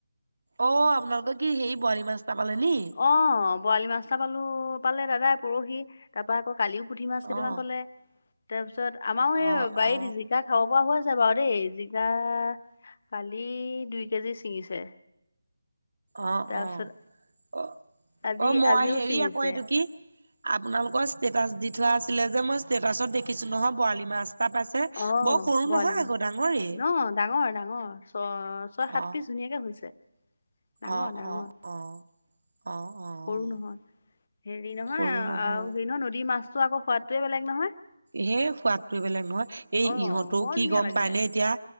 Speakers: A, on the right (about 85°); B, on the left (about 40°).
A: অ', আপোনালোকৰ কি হেৰি বৰালি মাছ <unintelligible> নি?
B: অ', বৰালি মাছ এটা পালো, পালে দাদাই বৰশী, তাপা আকৌ কালিও পুঠি মাছ কেইটামান
A: অ
B: পালে, তাৰপিছত আমাৰো এই
A: অ
B: বাৰীত
A: অ
B: জিকা খাব পৰা হৈ আছে বাৰু দেই। জিকা কালি দুই কেজি ছিঙিছে।
A: অ',
B: তাৰপিছত
A: অ'। অ',
B: আজি
A: অ', মই
B: আজিও
A: হেৰি
B: ছিঙিছে
A: আকৌ এইটো কি, আপোনালোকৰ ষ্টেটাচ দি থোৱা আছিলে যে, মই ষ্টেটাছত দেখিছোঁ নহয় বৰালি মাছ। এটা পাইছে
B: অ',
A: বৰ সৰু
B: বৰালি
A: নহয়
B: মাছ।
A: আকৌ ডাঙৰেই
B: অ, ডাঙৰ-ডাঙৰ, ছ ছয়-সাত
A: অ
B: পিছ ধুনীয়াকে হৈছে। ডাঙৰ
A: অ',
B: ডাঙৰ
A: অ', অ'। অ
B: সৰু
A: অ
B: নহয়। হেৰি নহয়
A: সৰু নহও
B: আৰু হেৰি ন নদীৰ মাছ ছটোৰ আকৌ সোৱাদটোৱে বেলেগ নহয়।
A: হে, সোৱাদটো বেলেগ নহয়। এই
B: অ
A: ইহঁতৰও
B: বৰ
A: কি
B: ধুনীয়া
A: গম
B: লাগিলে
A: পায়নে এতিয়া?